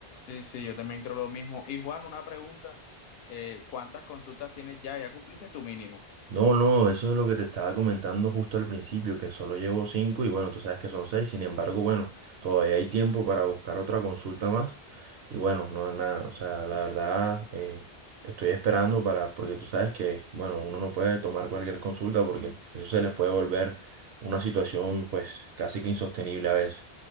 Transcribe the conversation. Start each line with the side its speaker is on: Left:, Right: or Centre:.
Left: Sí, sí, yo también creo lo mismo. Y Juan, una pregunta, eh, ¿cuántas consultas tienes ya? ¿Ya cumpliste tu mínimo?
Right: No, no, eso es lo que te estaba comentando justo al principio, que solo llevo cinco y bueno, tú sabes que son seis, sin embargo, bueno, todavía hay tiempo para buscar otra consulta más y bueno, no nada, o sea, la verdad eh, estoy esperando para, porque tú sabes que, bueno, uno no puede tomar cualquier consulta porque eso se les puede volver una situación pues casi que insostenible a veces.